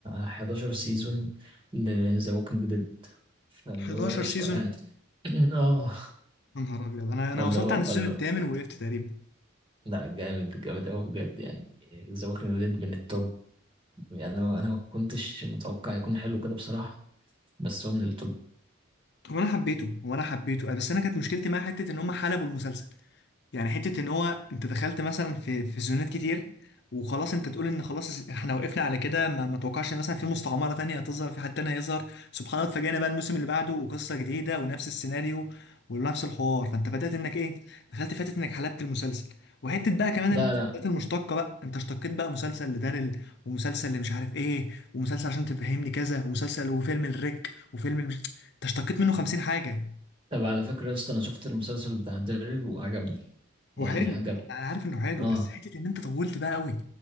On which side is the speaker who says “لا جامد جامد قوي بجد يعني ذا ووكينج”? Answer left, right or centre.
Right